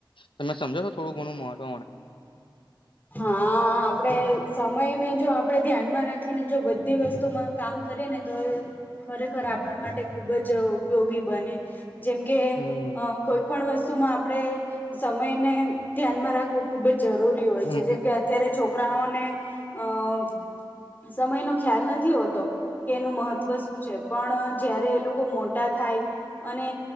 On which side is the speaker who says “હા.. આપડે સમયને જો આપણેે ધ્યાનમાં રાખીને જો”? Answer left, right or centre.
Left